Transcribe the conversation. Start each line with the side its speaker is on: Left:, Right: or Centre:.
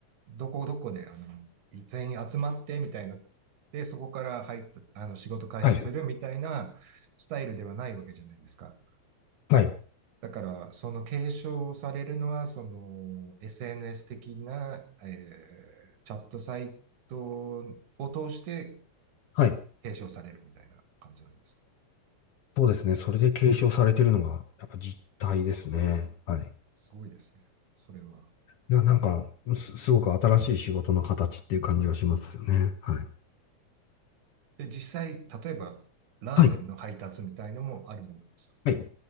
Right: どこどこで、あの、全員集まってみたいな、で、そこから入った、あの、仕事開始するみたいなスタイルではないわけじゃないですか。
Left: はい、はい、
Right: だから、その継承されるのは、その、SNS 的な、えーチャットサイトを通して
Left: はい。
Right: 継承されるみたいな感じなんですか。
Left: そうですね。それで継承されてるのが、やっぱ実態ですね。はい。
Right: すごいですね。それは。
Left: な、なんか、す、すごく新しい仕事の形っていう感じがしますよね。はい。
Right: で、実際、例えば、ラーメンの配達みたいのもあるものですか
Left: はい、はい。